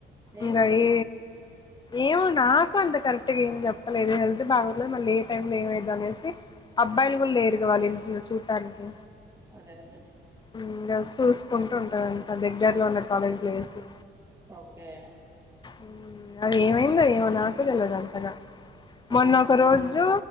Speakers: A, on the right (about 15°); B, on the left (about 25°).
A: ఏమైంది
B: ఇకా అయి ఏవో అన్న అంత కరెక్ట్గా ఏం చెప్పలేదు హెల్త్ బాగలేదు మళ్ళీ ఏ టైమ్ లో ఏమయిదో అనేసి అబ్బాయిలు కూడా లేరు గా వాళ్ళ ఇంట్లో చూడటానికి
A: అదే అదే
B: ఇగా చూసుకుంటూ ఉంటాదంట దగ్గరలో ఉన్న కాలేజీలో ఎసి
A: ఓకే
B: ఉ అది ఏమైందో ఏమో నాకు తెలీదు అంతగా మొన్న
A: ఆహా
B: ఒక రోజు